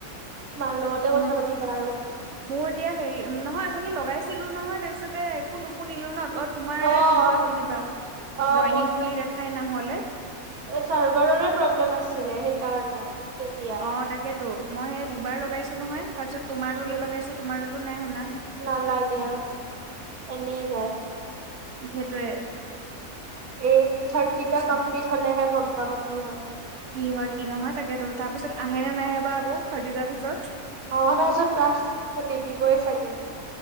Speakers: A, on the right; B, on the right.
A: মাৰ লগতে
B: মোৰ
A: কথা পাতিবা আৰু
B: মোৰ এতিয়া হেৰি নহয় ওথনি লগাইছিলো নহয় তাৰপিছতে একো নুশুনিলো ন অত- তোমাৰ
A: অ'।
B: তেনেকুৱা হল কিবা
A: অ'
B: জইনিং বুলি দেখাই নহলে
A: এ চাৰ্ভাৰৰে প্ৰব্লেম আছিলে সেইকাৰণে তেতিয়া
B: অ তাকেতো মই সেই দুবাৰ লগাইছো নহয় তাৰপিছত তোমাৰ
A: উম
B: তোলে লগাইছো তোমাৰ তাতো নাই শুনা
A: নালাগে এনেই যায়
B: সেইটোৱে
A: এই থাৰ্টিটা
B: চাব
A: কমপ্লিট হলেহে গম পাম কি হয়
B: কি হয় কি নহয় তাকেতো তাৰ পিছত আহে নে নাহে বা আকৌ থাৰ্টি তা পিছত
A: অ তাৰপিছত তাছ নিদিবই চাগে